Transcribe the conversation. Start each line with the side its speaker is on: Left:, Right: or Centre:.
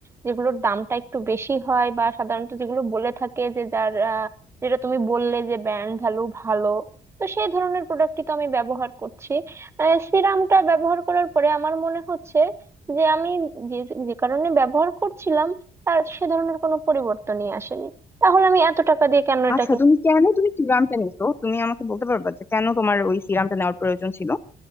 Right: যেগুলোর দামটা একটু বেশি হয় বা সাধারণত যেগুলো বলে থাকে যে যার আহ, যেটা তুমি বললে যে ব্র্যান্ড ভ্যালু ভালো তো সেই ধরনের প্রোডাক্টই তো আমি ব্যবহার করছি সিরামটা ব্যবহার করার পরে আমার মনে হচ্ছে যে আমি যে যে কারণে ব্যবহার করছিলাম তার সে ধরনের কোনো পরিবর্তনই আসেনি তাহলে আমি এত টাকা দিয়ে কেন এটা
Left: আচ্ছা
Right: কিনলাম
Left: তুমি কেন তুমি সিরামটা নিছো তুমি আমাকে বলতে পারবে যে কেন তোমার ওই সিরামটা নেওয়ার প্রয়োজন ছিল